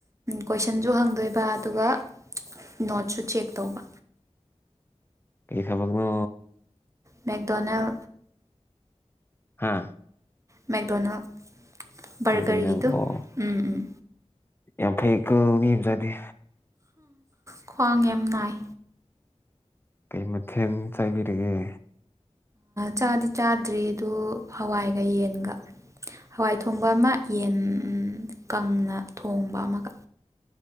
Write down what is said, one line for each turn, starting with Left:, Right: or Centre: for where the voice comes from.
Right: ꯀ ꯁꯟꯁꯨ ꯍꯪꯗꯣꯏꯕ ꯑꯗꯨꯒ ꯅꯣꯠꯁꯨ ꯆꯦꯛ ꯇꯧꯕ
Left: ꯑꯩ ꯁꯛꯅ
Right: ꯃꯦꯦꯛꯗꯣꯅꯦꯜ
Left: ꯍꯥꯥ
Right: ꯃꯦꯛꯦꯛꯗꯣꯅꯥꯜ ꯔꯒꯔꯒꯤꯗꯨ
Left: ꯑꯗꯨꯅꯦ ꯑꯣ
Right: ꯎꯝ ꯎꯝ
Left: ꯌꯥꯝ ꯐꯩꯀ ꯃꯤ ꯑꯃꯖꯥꯠꯅꯤꯦ
Right: ꯈ꯭ꯋꯥꯡ ꯌꯥꯝ ꯅꯥꯏ
Left: ꯀꯩ ꯃꯊꯦꯜ ꯆꯥꯏꯕꯤꯔꯒꯦ
Right: ꯆꯥꯗꯤ ꯆꯥꯗ꯭ꯔꯤ ꯑꯗꯨ ꯍꯋꯥꯏꯒ ꯌꯦꯟꯒ ꯍꯋꯥꯏ ꯊꯣꯡꯕ ꯑꯃ ꯌꯦꯟ ꯀꯪꯅ ꯊꯣꯡꯕ ꯑꯃꯒ